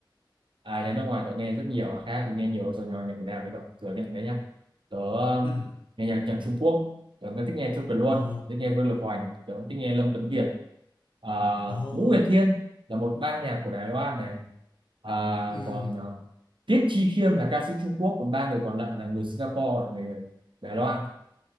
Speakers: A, on the right; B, on the left.
A: À nhạc nước ngoài tớ nghe rất nhiều à, khác nghe nhiều rồi nhỏ nhạc Việt Nam đấy cậu thừa nhận đấy nhá tớ um,
B: Ừ.
A: nghe nhạc nhạc Trung Quốc tớ cũng thích nghe Châu Kiệt Luân
B: Ồ,
A: thích nghe Vương Lực Hoành tớ cũng thích nghe Lâm Tuấn Kiệt à,
B: ồ.
A: Ngũ Huyền Thiên là một ban nhạc của Đài Loan này à,
B: Ừ,
A: còn à, Tiết Chi Khiêm là ca sĩ Trung Quốc còn ba người còn lại là người Singapore là người Đài Loan